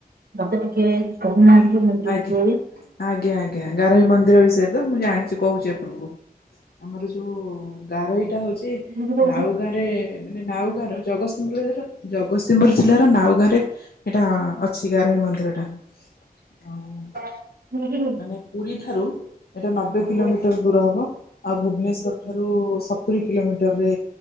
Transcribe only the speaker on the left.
ଆଜ୍ଞା
ଆଜ୍ଞା ଆଜ୍ଞା ଗାରୋଇ ମନ୍ଦିର ବିଷୟରେ ତ ମୁଁ ଜାଣିଛି କହୁଛି ଆପଣଙ୍କୁ ଆମର ଯୋଉ ଗାରୋଇଟା ହୋଉଚି
ନାଉ ଗାଁରେ ମାନେ ନାଉ ଗାଁ ର ଜଗତସିଂହପୁର ଜଗତସିଂହପୁର ଜିଲ୍ଲାର ନାଉ ଗାଁ ରେ ଏଇଟା ଅଛି ଗାରୋଇ ମନ୍ଦିର ଟା। ହଁ।
ମାନେ ପୁରୀ ଠାରୁ ଏଇଟା ନବେ କିଲୋମିଟର
ଦୂର ହବ। ଆଉ ଭୁବନେଶ୍ୱର ଠାରୁ ସତ୍ ସତୁରୀ କିଲୋମିଟରରେ